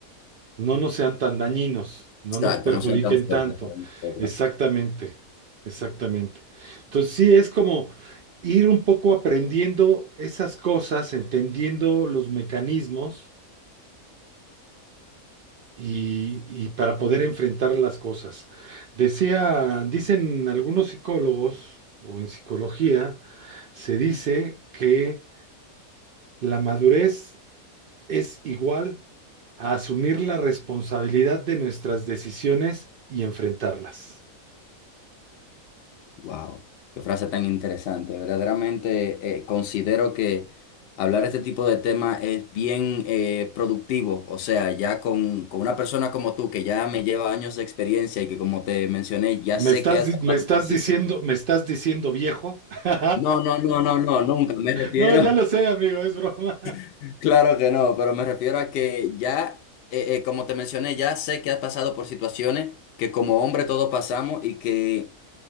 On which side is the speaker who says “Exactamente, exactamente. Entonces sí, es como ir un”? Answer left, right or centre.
Right